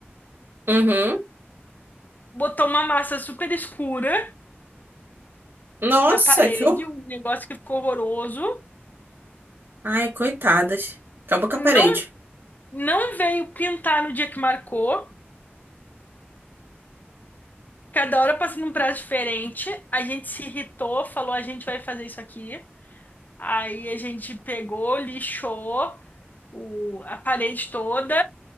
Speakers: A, on the right; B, on the left.
A: Uhum.
B: botou uma massa super escura
A: Nossa,
B: na parede,
A: que horror.
B: um negócio que ficou horroroso.
A: Ai, coitadas. Acabou com
B: Não,
A: a parede.
B: não veio pintar no dia que marcou. Cada hora passando um prazo diferente. A gente se irritou, falou: a gente vai fazer isso aqui. Aí a gente pegou, lixou o, a parede toda